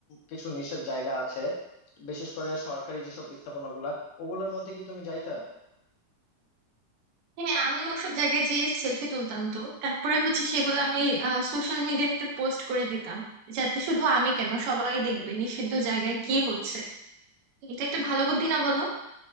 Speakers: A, on the left; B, on the right.
A: কিছু নিষেধ জায়গা আছে বিশেষ করে সরকারি যেসব স্থাপনাগুলা ওগুলোর মধ্যে কি তুমি যাইতা
B: হ্যাঁ আমি ওসব জায়গায় যেয়ে সেলফি তুলতাম তো তারপরে হচ্ছে সেগুলো আমি সোশ্যাল মিডিয়াতে পোস্ট করে দিতাম যাতে শুধু আমি কেন সবাই দেখবে নিষিদ্ধ জায়গায় কি হচ্ছে এটা একটা ভালো বুদ্ধি না বলো